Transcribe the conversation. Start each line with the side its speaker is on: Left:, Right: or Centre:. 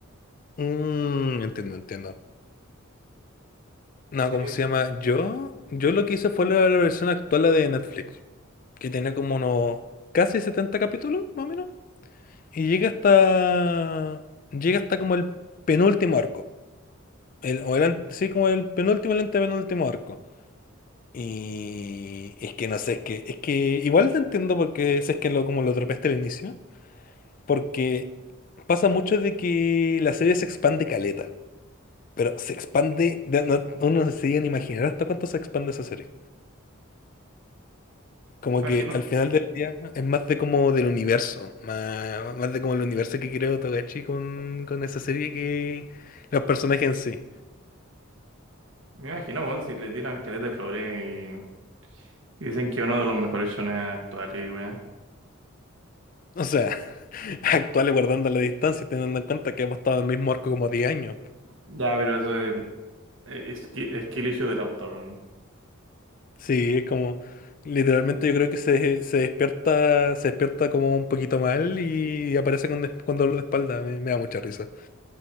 Left: Mm, entiendo, entiendo. No,
Right: Sí,
Left: ¿cómo se
Right: me
Left: llama? Yo, yo lo que hice fue la, la versión actual la de Netflix, que tiene como unos casi 70 capítulos, más o menos. Y llega hasta. Llega hasta como el penúltimo arco. El, o el, an- sí, como el penúltimo, el antepenúltimo arco. Y es que no sé, es que, es que igual te entiendo porque si es que lo, como lo atrapaste al inicio, Porque pasa mucho de que la serie se expande caleta, pero se expande, de- no- uno se llega a imaginar hasta cuánto se expande esa serie. Como
Right: imagino,
Left: que al final del día es más de como del universo, más, más de como el universo que creó Togashi con, con esa serie que los personajes en sí.
Right: me imagino, weón, si le tiran caleta de flores y, y dicen que uno de los mejores shonen actuales, weón.
Left: O sea, <laughs> actuales guardando la distancia y teniendo en cuenta que hemos estado en el mismo arco como 10 años.
Right: Ya, pero eso es, eh, es, ski- es skill issue del autor, weón.
Left: Sí, es como, literalmente yo creo que se, se despierta, se despierta como un poquito mal y aparece con, des- con dolor de espalda. Me, me da mucha risa.